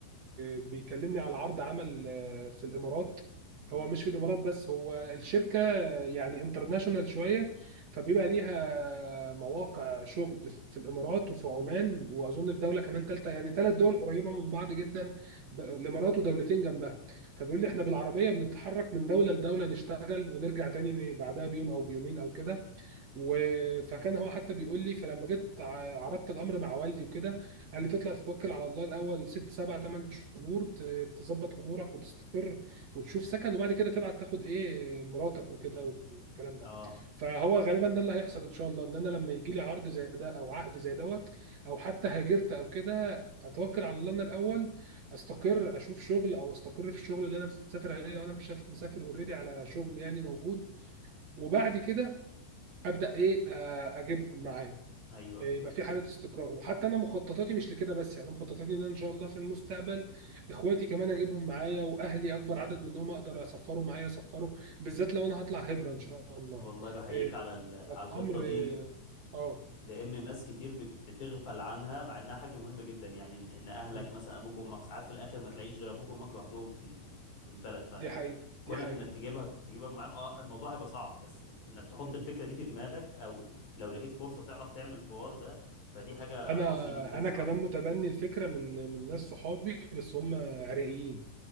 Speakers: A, on the right; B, on the left.
A: بيكلمني على عرض عمل آه، في الامارات
B: مم.
A: هو مش في الامارات بس هو الشركه يعني انترناشونال شويه فبيبقى ليها مواقع شغل في الامارات وفي عمان واظن في دوله كمان ثالثه يعني ثلاث دول قريبه من بعض جدا د- الامارات ودولتين جنبها فبيقول لي احنا بالعربيه بنتحرك من دوله لدوله نشتغل ونرجع تاني بعدها بيوم او بيومين او كده و... فكان هو حتى بيقول لي فلما جيت ع- عرضت الامر مع والدي وكده قال لي تطلع تتوكل على الله الاول ست سبع ثمان شهور ت- تظبط امورك وتستقر وتشوف سكن وبعد كده تبعت تاخد ايه مراتك وكده والكلام ده
B: أه
A: فهو غالبا ده اللي هيحصل ان شاء الله ان انا لما يجي لي عرض زي ده او عقد زي دوت او حتى هاجرت او كده اتوكل على الله انا الاول استقر اشوف شغل او استقر في الشغل اللي انا مسافر عليه لو انا مش مسافر اوريدي على شغل يعني موجود وبعد كده ابدا ايه آه، اجيبهم معايا
B: أيوه
A: إيه،
B: أيوه
A: يبقى في حاله استقرار وحتى انا مخططاتي مش لكده بس يعني مخططاتي ان أنا ان شاء الله في المستقبل اخواتي كمان اجيبهم معايا واهلي اكبر
B: جميل
A: عدد منهم اقدر اسفره معايا اسفره بالذات لو انا هطلع هجره ان شاء الله
B: والله بحييك
A: إيه،
B: على ال-
A: الامر
B: على الخطة دي
A: اه آه،
B: لان الناس كتير بت- بتغفل عنها مع انها حاجه مهمه جدا يعني ان إن اهلك
A: مم،
B: مثلا ابوك وامك ساعات في الاخر ما تلاقيش غير ابوك وامك لوحدهم في ال- في ال- في البلد
A: دي حقيقه
B: فكونك
A: دي حقيقه
B: انك تجيبها تجيبها معاهم اه الموضوع هيبقى صعب بس انك تحط
A: مم،
B: الفكره دي في دماغك او لو لقيت فرصه تعرف تعمل الحوار
A: مم.
B: ده فدي حاجه
A: انا
B: عظيمه جدا الصراحه
A: انا كمان متبني الفكره من من ناس صحابي بس هم عراقيين